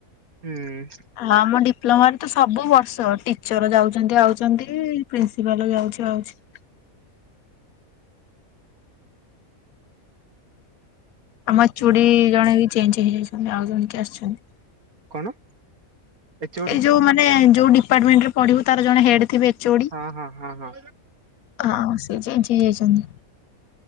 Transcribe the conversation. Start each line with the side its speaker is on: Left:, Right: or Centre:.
Right: ହୁଁ।
Left: ଆମ ଡିପ୍ଲମାରେ ତ ସବୁ ବର୍ଷ ଟିଚର ଯାଉଛନ୍ତି ଆଉଛନ୍ତି, ପ୍ରିନ୍ସିପାଲ ଯାଉଛି ଆଉଛି। ଆମ ଏଚୁଡ଼ି
Right: ହୁଁ
Left: ଜଣେ ବି ଚେଞ୍ଜ ହେଇଯାଇଛନ୍ତି ଆଉ ଜଣ କିିଏ ଆସିଛନ୍ତି।
Right: କଣ? ଏଚ ଓ ଡି
Left: ଏଇ ଯୋଉ ମାନେ ଯୋଉ ଡିପାର୍ଟମେଣ୍ଟ ରେ ପଢ଼ିବୁ ତାର ଜଣେ ହେଡ ଥିବେ। ଏଚୋଡି
Right: ହଁ ହଁ ହଁ ହଁ।
Left: ହଁ ସେ ଚେଞ୍ଚ ହେଇ ଯାଇଛନ୍ତି।